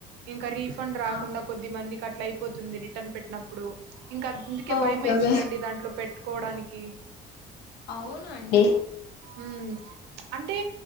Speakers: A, on the right (about 90°); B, on the left (about 75°).
A: ఇంకా రీఫ్ ఫండ్ రాకుండా
B: ఆ
A: కొద్ది మంది అట్ల అయిపోతుంది రిటర్న్ పెట్టినప్పుడు ఇంకా అందుకే భయం
B: ఓకే
A: అయితుందండి
B: ఓకే
A: దాంట్లో పెట్ట కోడానికి
B: అవున అండి
A: ఉమ్ అంటే